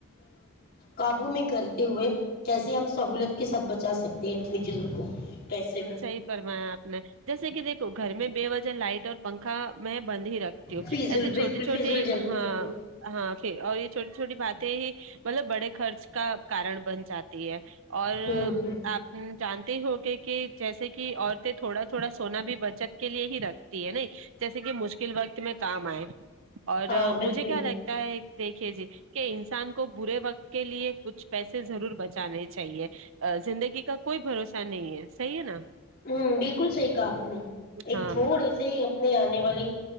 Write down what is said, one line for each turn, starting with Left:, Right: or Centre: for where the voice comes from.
Left: قابو میں کرتے ہوئے کیسے ہم سہولت کے ساتھ بچا سکتے ہیں اپنی چیزوں کو پیسے کو
Right: صحیح فرمایا آپ نے جیسے کہ دیکھو گھر میں بے وجن لائٹ اور پنکھا میں بند ہی رکھتی ہوں
Left: فیضل
Right: ایسے چھوٹی
Left: بالکل
Right: چھوٹی
Left: فیضل جلتی
Right: ہاں
Left: بالکل
Right: ہاں پھر اور یہ چھوٹی چھوٹی بات ت ہی <unintelligible> مطلب بڑے خرچ کا کارن بن جاتی ہے اور
Left: ہوں ہ
Right: آپ جان ہوگ <unintelligible> کہ <unintelligible> جیسے کہ عورتیں تھوڑا تھوڑا سونا بھی بچت کے لیے ہی رکھتی ہے نا جیسے کہ مشکل وقت میں کام آئے اور
Left: ہاں
Right: مجھے
Left: بالکل
Right: کیا لگتا ہے دیکھیے جی کہ انسان کو برے وقت کے لیے کچھ پیسے ضرور بچانے ج چاہیے ا زندگی کا کوئی بھروسہ نہیں ہے صحی ہے نا
Left: ہوں بالکل صحیح کہا آپ نے ایک
Right: ہاں
Left: تھوڑے سے اپنے آنے والے